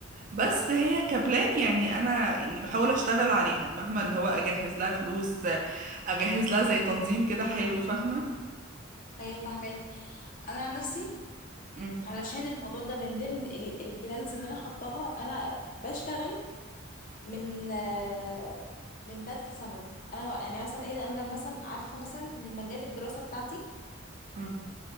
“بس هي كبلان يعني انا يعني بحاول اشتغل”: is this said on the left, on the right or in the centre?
Right